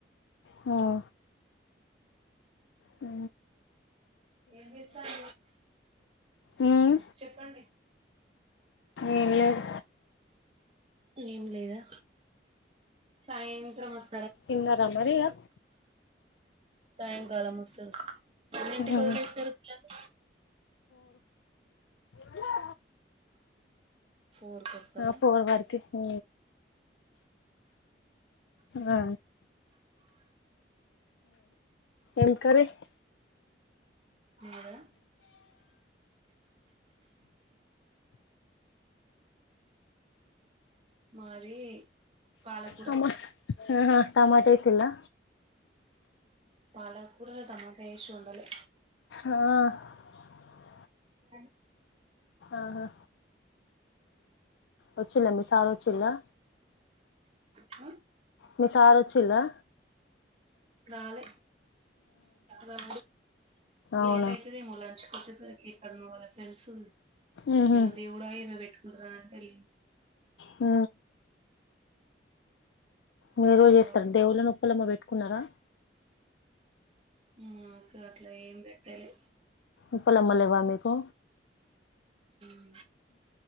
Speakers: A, on the left; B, on the right.
A: హ ఉ
B: ఏం చేస్తారు
A: మ్మ్
B: చెప్పండి
A: ఏం లేద్
B: ఏమి లేదా సాయంత్రం వస్
A: తిన్నరా మరీగా
B: సాయంకాలం వస్తురు ఎన్ని ఇంటి
A: మ్మ్
B: కదిలేస్తారు పిల్లలు
A: ఎలా
B: ఫోర్ కి వస్తారా
A: ఆ పోర్ వర్కికి ఆ ఇంకాే
B: మూడు మాది పాలకూర
A: టమా ఆహా టమాటో వస్లా
B: పాలకూరల తమ దేష ఉండలే
A: ఆ
B: అ
A: ఆహా వచ్చిల మీ సార్ వచ్చిలా
B: హ
A: మీ సార్ొచ్చిలా
B: రాలే రాల లేట్
A: అవునా
B: అవుతుదేమో లంచ్ వచ్చేస కడ వాళ్ళ ఫ్రెండ్స్
A: మ్మ్ హు
B: ఏదో దేవుడా ఏదో పెట్టుకురా అంటళ్లి
A: హ మీరుోజ
B: లే
A: చేస్తారు
B: రాడు
A: దేవుళ్ళ నొప్పలమ్మ పెట్టుకున్నారా
B: మాకు అట్లా ఏం పెట్టాలి
A: ఇప్పులమ్మలవా మీకు
B: అ